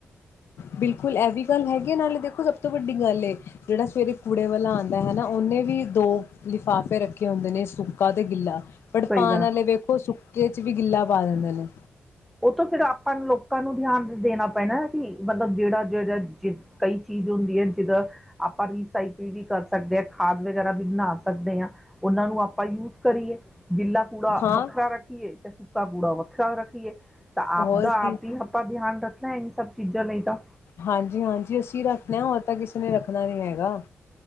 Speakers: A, on the left; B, in the centre.
A: ਬਿਲਕੁਲ ਇਹ ਵੀ ਗੱਲ ਹੈਗੀ ਆ ਨਾਲੇ ਦੇਖੋ ਸਭ ਤੋਂ ਵੱਡੀ ਗੱਲ ਹੈ, ਜਿਹੜਾ ਸਵੇਰੇ ਕੁੂੜੇ ਵਾਲਾ ਆਦਾ ਹੈ, ਨਾ ਉਹਨੇ ਵੀ ਦੋ ਲਿਫਾਫੇ ਰੱਖੇ ਹੁੰਦੇ ਨੇ ਸੁੱਕਾ ਤੇ ਗਿੱਲਾ, ਬਟ
B: ਸਹੀ
A: ਪਾਣ
B: ਗੱਲ
A: ਵਾਲੇ ਵੇਖੋ ਸੁੱਕੇ ਚ ਵੀ ਗਿੱਲਾ ਪਾ ਦਿੰਦੇ ਨੇ,
B: ਉਹ ਤੋਂ ਫਿਰ ਆਪਾਂ ਲੋਕਾਂ ਨੂੰ ਧਿਆਨ ਦੇਣਾ ਪੈਣਾ ਕਿ ਮਤਲਬ ਜਿਹੜਾ ਜਿਹੜਾ ਜ ਕਈ ਚੀਜ਼ ਹੁੰਦੀ ਹੈ ਜਿੱਦਾਂ ਆਪਾਂ ਰੀਸਾਈਕਲ ਵੀ ਕਰ ਸਕਦੇ ਹਾਂ ਖਾਦ ਵਗੈਰਾ ਵੀ ਬਣਾ ਸਕ ਸਕਦੇ ਹਾਂ ਉਹਨਾਂ ਨੂੰ ਆਪਾਂ ਯੂਜ ਕਰੀਏ। ਗਿੱਲਾ ਕੂੜਾ
A: ਹਾਂ
B: ਵੱਖਰਾ ਰੱਖੀਏ ਤੇ ਸੁੱਕਾ ਕੂੜਾ ਵੱ ਸੌ ਰੱਖ, ਕੀ ਐ, ਤਾਂ
A: ਹੋਰ
B: ਆਪਾ
A: ਕੀ
B: ਆਪ ਹੀ ਆਪਾਂ ਧਿਆਨ ਰੱਖਣਾ। ਸਭ ਚੀਜ਼ਾਂ ਲਈ ਤਾਂ
A: ਹਾਂਜੀ -ਹਾਂਜੀ ਅਸੀਂ ਰੱਖਦੇ ਹਾਂ ਤਾਂ ਕਿਸੇ ਨੇ ਰੱਖਣਾ ਨੀ ਹੈਗਾ।